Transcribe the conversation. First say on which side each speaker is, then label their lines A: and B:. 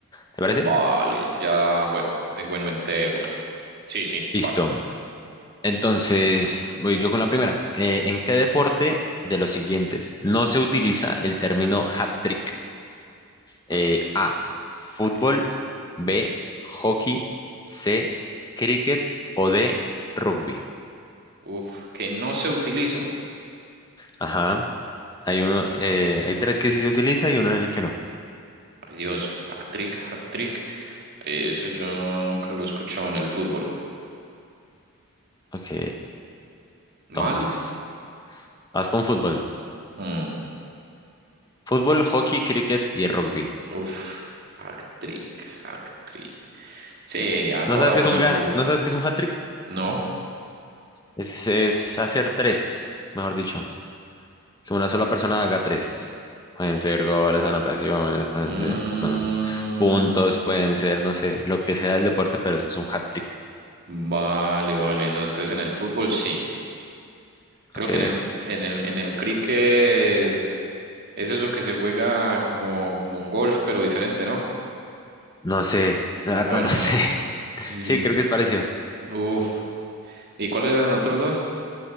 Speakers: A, on the left; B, on the right.
A: ¿Te parece?
B: vale, ya, bueno, tengo en mente una. Sí, sí,
A: Listo.
B: vale.
A: Entonces, voy yo con la primera. Eh, ¿en qué deporte de los siguientes no se utiliza el término hat-trick? Eh,
B: Actric,
A: A, fútbol,
B: ok.
A: B, hockey, C, cricket o D, rugby.
B: Uf, que no se utiliza.
A: Ajá, hay uno, eh, hay tres que sí se utiliza y uno en el que no.
B: Ay Dios, actric, actric. Eso yo nunca lo he escuchado en el fútbol.
A: Ok,
B: ¿Mal?
A: entonces, vas con fútbol.
B: Mm,
A: Fútbol, hockey, cricket y rugby.
B: uf, actric, actric. Sí, a
A: ¿No
B: toda
A: sabes qué
B: con
A: es un,
B: el
A: ga-
B: fútbol.
A: ¿no sabes qué es un hat-trick?
B: No.
A: Es, es hacer tres, mejor dicho. que una sola persona haga tres. Pueden ser goles, anotaciones, pueden
B: Mm,
A: ser mm, puntos, pueden ser, no sé, lo que sea el deporte, pero eso es un hat-trick.
B: Vale, vale, no, entonces en el fútbol sí. Creo
A: ok,
B: que en el, en el, en el cricket es eso que se juega como, como un golf, pero diferente, ¿no?
A: No sé, la
B: Bueno,
A: verdad no sé.
B: bueno.
A: <laughs>
B: Mm.
A: Sí, creo que es parecido.
B: Uf. ¿Y cuáles eran los otros dos?